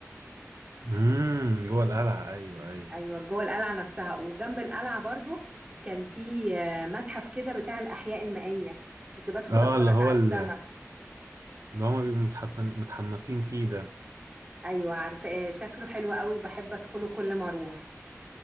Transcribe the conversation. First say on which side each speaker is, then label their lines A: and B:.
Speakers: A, on the right; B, on the right.
A: امم جوه القلعة ايوه ايوه
B: ايوه جوه القلعة نفسها وجنب القلعة برضو كان في آه، متحف كده بتاع الاحياء المائية كنت بدخل
A: اه
B: اتفرج
A: اللي هو
B: على السماء
A: ال- اللي هما بيبقوا متحطن متحنطين فيه ده
B: ايوه عارفة آه، شكله حلو قوي بحب ادخله كل ما اروح